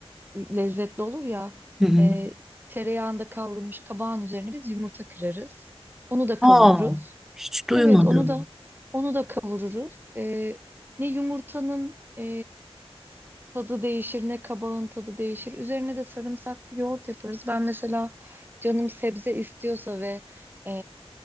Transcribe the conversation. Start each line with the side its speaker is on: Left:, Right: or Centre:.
Right: lezzetli olur ya.
Centre: Hı hı.
Right: E, tereyağında kavrulmuş kabağın üzerine biz yumurta kırarız. Onu da kavururuz.
Centre: Aa, hiç duymadım.
Right: Evet, onu da onu da kavururuz. E, ne yumurtanın e, tadı değişir, ne kabağın tadı değişir. Üzerine de sarımsaklı yoğurt yaparız. Ben mesela canım sebze istiyorsa ve e,